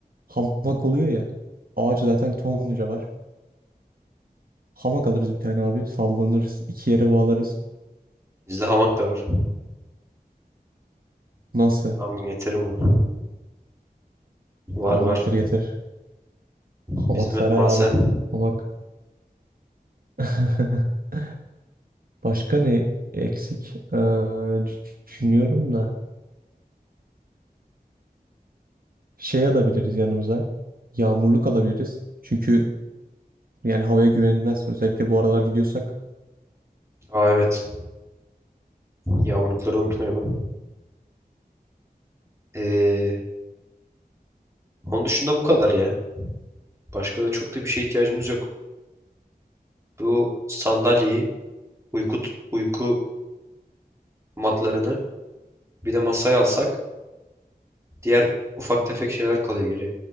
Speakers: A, on the right; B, on the right.
A: Hamak oluyor ya. Ağaç zaten tonluca var. Hamak alırız bir tane abi. Sallanırız. İki yere bağlarız.
B: Bizde hamak da var.
A: Nasıl?
B: Tamam getiririm onu. Var
A: Tamam
B: var.
A: getir getir.
B: Bizim
A: Hamak sarar
B: ev mahzen.
A: abi. Hamak. <laughs> Başka ne eksik? Ee, düşünüyorum da. Şey alabiliriz yanımıza. Yağmurluk alabiliriz. Çünkü Yani havaya güvenilmez. Özellikle bu aralar gidiyorsak.
B: Aa evet. Yağmurlukları unutmayalım. Ee, onun dışında bu kadar ya. Başka da çok da bir şeye ihtiyacımız yok. Bu sandalyeyi, uyku, uyku matlarını bir de masayı alsak diğer ufak tefek şeyler kalıyor geriye.